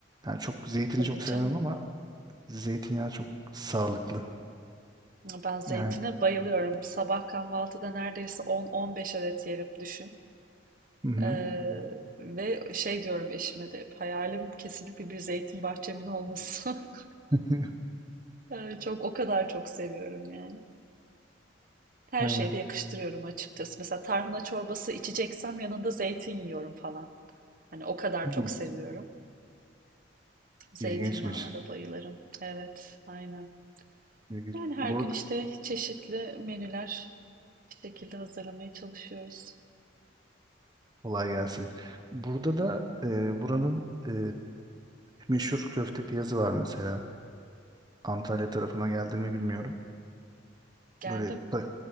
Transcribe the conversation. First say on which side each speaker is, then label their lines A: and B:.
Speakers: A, on the right (about 20°); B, on the right (about 45°).
A: Yani çok zeytini
B: tabii
A: çok sevmem
B: canım.
A: ama zeytinyağı çok sağlıklı.
B: Ben zeytine
A: Yani
B: bayılıyorum. Sabah kahvaltıda neredeyse 10-15 adet yerim düşün.
A: hı hı,
B: Ee, ve şey diyorum eşime de hep, hayalim kesinlikle bir zeytin bahçemin olması. <laughs>
A: <laughs>
B: Ee, çok o kadar çok seviyorum yani. Her
A: aynen.
B: şeyde yakıştırıyorum açıkçası. Mesela tarhana çorbası içeceksem yanında zeytin yiyorum falan. Hani o kadar
A: Hmm,
B: çok seviyorum. Zeytinyağına
A: İlginçmiş.
B: da bayılırım. Evet, aynen.
A: İlginç.
B: Yani her
A: Bur
B: gün işte çeşitli menüler bir şekilde hazırlamaya çalışıyoruz.
A: kolay gelsin. Burada da e, buranın e, meşhur köfte piyazı var mesela. Antalya tarafına geldi mi bilmiyorum.
B: Geldim.
A: Böyle ta-